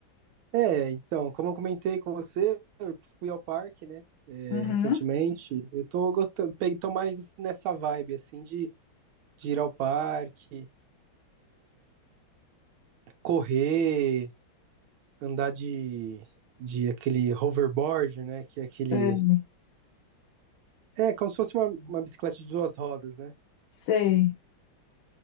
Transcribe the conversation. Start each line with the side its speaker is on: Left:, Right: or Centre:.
Right: É, então, como eu comentei com você, eu fui ao parque, né, é,
Left: Uhum.
Right: recentemente. Eu tô gostando, peguei, tô mais nessa vibe, assim, de, de ir ao parque, correr, andar de, de aquele hoverboard, né? Que é aquele.
Left: Sei.
Right: É, como se fosse uma, uma bicicleta de duas rodas, né?
Left: Sei.